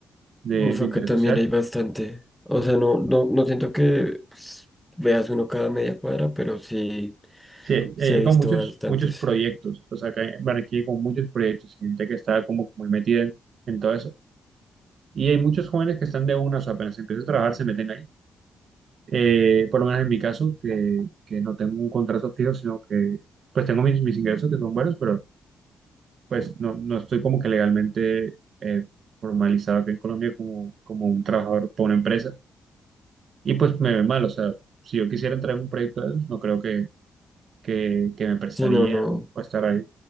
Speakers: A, on the right; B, in the centre.
A: de,
B: uf,
A: de
B: acá
A: interés
B: también
A: social.
B: hay bastante. O sea, no, no, no siento que pues, veas uno cada media cuadra, pero sí,
A: Sí, eh,
B: sí he
A: hay
B: visto
A: como muchos,
B: bastantes.
A: muchos proyectos. O sea, acá en Barranquilla hay como muchos proyectos, gente que está como muy metida en en todo eso. Y hay muchos jóvenes que están de una, o sea, apenas empieza a trabajar, se meten ahí Eh, por lo menos en mi caso, que, que no tengo un contrato fijo, sino que pues tengo mis, mis ingresos que son buenos, pero pues no, no estoy como que legalmente eh, formalizado aquí en Colombia como, como un trabajador por una empresa. Y pues me ve mal, o sea, si yo quisiera entrar en un proyecto de esos, no creo que, que, que me prestarían
B: Sí, no, no,
A: o, o estar ahí.